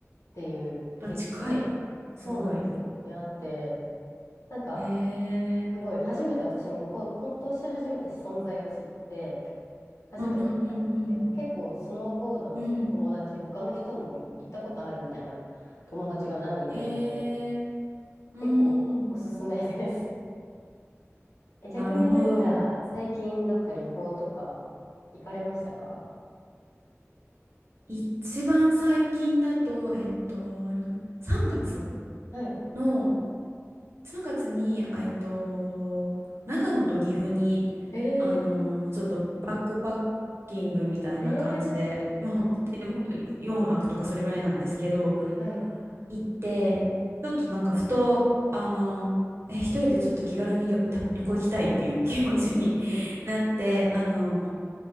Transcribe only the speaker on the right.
あ、近い。
すごい。
え
ー。
うんうんうんうん。
うん。
えー、うん。
なるほど。
一番最近だと、えっと、あれはな、3月
の、3月に、あえっと、長野と岐阜に、
あのーちょっとバックパッキングみたいな感じで、
まあ、ほんでも本当4泊とかそれぐらいなんですけど、
行って、ちょっとなんかふと、あのえ、一人でちょっと気軽に旅、旅行行きたいっていう気持ちに
<laughs> なって、あの